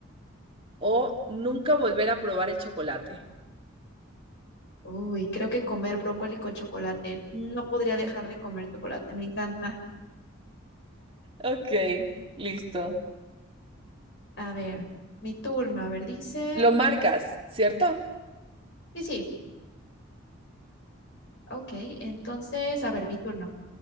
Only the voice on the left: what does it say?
Uy, creo que comer brócoli con chocolate. No podría dejar de comer chocolate, me encanta.
A ver, mi turno. A ver, dice.
Sí, sí, ok. Entonces, a ver, mi turno.